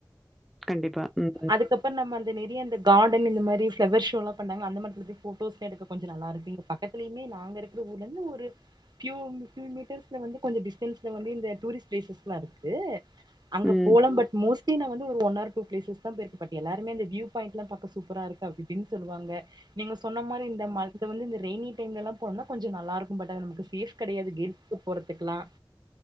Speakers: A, in the centre; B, on the right (about 55°).
A: கண்டிப்பா ம்
B: அதுக்கப் நம்ம அந்த நேரிய அந்த கார்டன் இந்த மாதிரி நேரிய பிலோவேர் ஷோலாம் பண்ணா அந்த மாதி போட்டோஸ் எடுக்க கொஞ்சம் நல்லா இருக்குங்க பக்கத்திலேயே நான் ங்க இருக்கிற ஊர்லந்து ஒரு ஃபியூ மீட்டர்ஸ்ல வந்து கொஞ்சம் டிஸ்டன்ஸ்ல வந்து இந்த டூரிஸ்ட் பிலேசஸ்லா இருக்கு அங்க
A: ம் ம்
B: போலாம் பட் மோஸ்ட்லி நான் வந்து ஒன் ஆர் டு பிலேசஸ் <unintelligible> எல்லாருமே அந்த வியூ பாய்ண்ட்லாம் பாக்க சூப்பரா இருக்கு அப்டி இப்டின்னு சொல்லுவாங்க நீங்க சொன்ன மாதிரி இந்த மந்த் வந்து ஈவினிங் டைம்ல எல்லாம் போனா கொஞ்சம் நல்லா இருக்கும் பட் அது நமக்கு சேஃப் கிடையாது <unintelligible> போறதுக்கலாம்